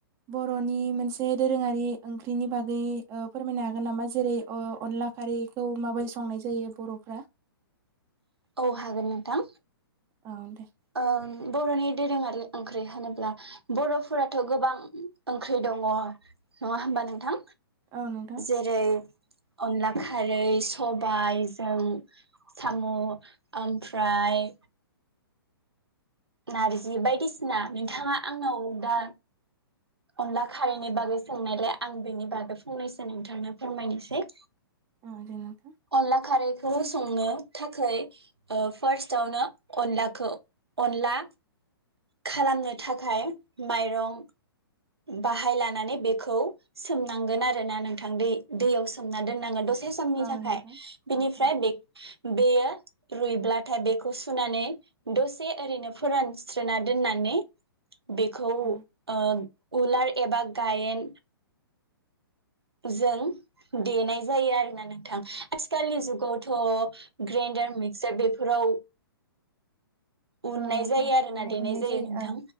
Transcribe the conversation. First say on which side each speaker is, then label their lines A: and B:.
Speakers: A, on the right; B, on the right.
A: बर'नि मोनसे दोरोङारि ओंख्रिनि बागै ओ फोरमायनो हागोन नामा जेरै अ-अनला खारैखौ माबायदि संनाय जायो बर'फ्रा?
B: अ हागोन नोंथां।
A: औ दे
B: ओं बर'नि दोरोङारि ओंख्रि होनोब्ला बर'फोराथ' गोबां ओंख्रि दङ नङा होमबा नोंथां?
A: औ नोंथां
B: जेरै अनला खारै सबायजों साम' ओमफ्राय नारजि बायदिसिना नोंथाङा आंनाव दा अनला खारैनि बागै सोंनायलाय आं बेनि बागै फंनैसो नोंथांनो फोरमायनोसै।
A: बिदिनो
B: अनला खारैखौ संनो थाखै ओ फार्स्टआवनो अनलाखौ अनला खालामनो थाखाय माइरं बाहाय लानानै बेखौ सोमनांगोन आरो ना नोंथां दै दैयाव सोमना दोननांगोन दसे। समनि
A: औ
B: थाखाय
A: नोंथां
B: बिनिफ्राय
A: औ औ
B: बे बेयो रुइब्लाथाय बेखौ सुनानै दसे ओरैनो फोरानस्रि फोरानना दोननानै बेखौ ओ
A: औ
B: उलार एबा गायेन जों देनाय जायो आरोना नोंथां। आथिखालनि जुगावथ' ग्रेइन्डार मिक्सार बेफोराव उननाय
A: औ नोंथां
B: जायो आरो
A: माने
B: ना देनाय
A: अननाय
B: जायो नोंथां
A: औ